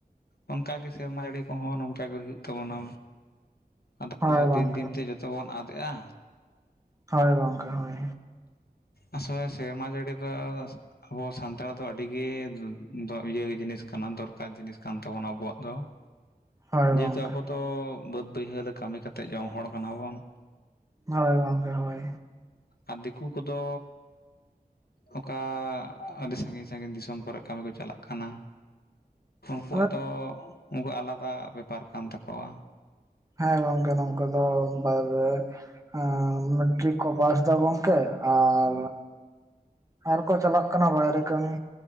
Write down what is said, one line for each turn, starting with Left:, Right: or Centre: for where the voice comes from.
Left: ᱚᱱᱠᱟ ᱜᱮ ᱥᱮᱨᱢᱟ ᱟᱹᱲᱤ ᱠᱚᱦᱚᱸ ᱱᱚᱝᱠᱟ ᱜᱮ ᱦᱩᱭᱩᱜ ᱛᱟᱵᱚᱱᱟ᱾ ᱟᱫᱚ
Right: ᱦᱳᱭ ᱜᱚᱝᱠᱮ
Left: ᱫᱤᱱ ᱫᱤᱱ ᱛᱮ ᱡᱚᱛᱚ ᱵᱚᱱ ᱟᱫᱮᱜᱼᱟ᱾
Right: ᱦᱳᱭ ᱜᱚᱝᱠᱮ ᱦᱳᱭ᱾
Left: ᱟᱥᱚᱜ ᱟᱭ ᱥᱮᱨᱢᱟ ᱡᱟᱹᱲᱤ ᱫᱚ ᱟᱵᱚ ᱥᱟᱱᱛᱟᱲ ᱫᱚ ᱟᱹᱰᱤᱜᱮ <inaudible> ᱤᱭᱟᱹᱮ ᱡᱤᱱᱤᱥ ᱠᱟᱱᱟ ᱫᱚᱨᱠᱟᱨ ᱡᱤᱱᱤᱥ ᱠᱟᱱ ᱛᱟᱵᱚᱱᱟ ᱟᱵᱚᱣᱟᱜ ᱫᱚ᱾
Right: <unintelligible>
Left: ᱡᱮᱦᱮᱛᱩ
Right: ᱜᱚᱝᱠᱮ
Left: ᱟᱵᱚ ᱫᱚ ᱵᱟᱹᱫᱽ ᱵᱟᱹᱭᱦᱟᱹᱲ ᱨᱮ ᱠᱟᱹᱢᱤ ᱠᱟᱛᱮᱫ ᱡᱚᱢ ᱦᱚᱲ ᱠᱟᱱᱟ ᱵᱚᱱ᱾
Right: ᱦᱚᱭ ᱜᱚᱢᱠᱮ ᱦᱚᱭ᱾
Left: ᱟᱨ ᱫᱤᱠᱩ ᱠᱚᱫᱚ ᱚᱠᱟ ᱟᱹᱰᱤ ᱥᱟᱺᱜᱤᱧ ᱥᱟᱺᱜᱤᱧ ᱫᱤᱥᱚᱢ ᱠᱚᱨᱮᱜ ᱠᱟᱹᱢᱤ ᱠᱚ ᱪᱟᱞᱟᱜ ᱠᱟᱱᱟ᱾ ᱩᱱᱠᱩᱣᱟᱜ
Right: ᱦᱳᱭ
Left: ᱫᱚᱻᱚᱻᱚ ᱩᱱᱠᱩᱣᱟᱜ ᱟᱞᱟᱫᱟ ᱵᱮᱯᱟᱨ ᱠᱟᱱ ᱛᱟᱠᱚᱣᱟ᱾
Right: ᱦᱮᱸ ᱜᱚᱝᱠᱮ ᱱᱚᱝᱠᱟ ᱫᱚ <inaudible> ᱢᱮᱴᱨᱤᱠ ᱠᱚ ᱯᱟᱥ <inaudible> <unintelligible> ᱟᱨ ᱟᱨ ᱠᱚ ᱪᱟᱞᱟᱜ ᱠᱟᱱᱟ ᱵᱟᱭᱨᱮ ᱠᱟᱹᱢᱤ᱾